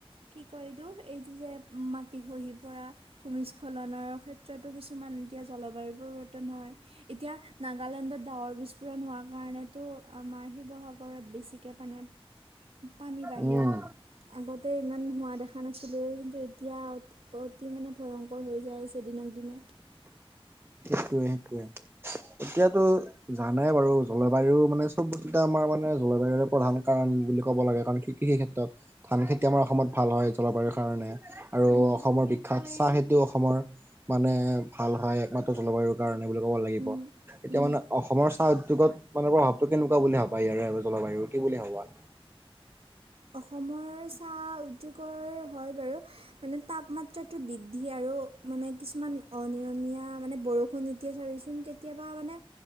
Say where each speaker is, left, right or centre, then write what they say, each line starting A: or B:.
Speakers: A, on the right; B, on the right.
A: কি কয় এইটো, এইটো যে মাটি খহি পৰা। ভূমিস্খলনৰ ক্ষেত্ৰতো কিছুমান এতিয়া জলবায়ুৰ পৰিৱৰ্তন হয়। এতিয়া নাগালেণ্ডত ডাৱৰ বিস্ফোৰণ হোৱাৰ কাৰণে। তো, আমাৰ শিৱসাগৰত বেছিকৈ মানে, পানী বাঢ়িল।
B: উম
A: আগতে ইমান হোৱা দেখা নাছিলোঁ, কিন্তু এতিয়া অত অতি মানে ভয়ংকৰ হৈ যায়চে দিনক দিনে।
B: ৱেট ৱেট এতিয়াতো জানে বাৰু জলবায়ু মানে চব বস্তুটা আমাৰ মানে জলবায়ুৰে প্ৰধান কাৰণ বুলি ক'ব লাগে কাৰণ কৃষি ক্ষেত্ৰত। ধান খেতি আমাৰ অসমত ভাল হয় জলবায়ুৰ কাৰণে আৰু
A: উম
B: অসমৰ বিখ্যাত চাহ খেতিও অসমৰ। মানে ভাল হয় একমাত্ৰ জলবায়ুৰ কাৰণে বুলি ক'ব লাগিব
A: উম
B: এতিয়া
A: উম
B: মানে অসমৰ চাহ উদ্যোগত মানে প্ৰভাৱটো কেনেকুৱা বুলি ভাবা ইয়াৰে আৰু জলবায়ুৰ কি বুলি ভাবা?
A: অসমৰ চাহ উদ্যোগৰ হয় বাৰু। মানে তাপমাত্ৰাটো বৃদ্ধি আৰু মানে কিছুমান অনিয়মীয়া মানে বৰষুণ এতিয়া চাবিচোন কেতিয়াবা মানে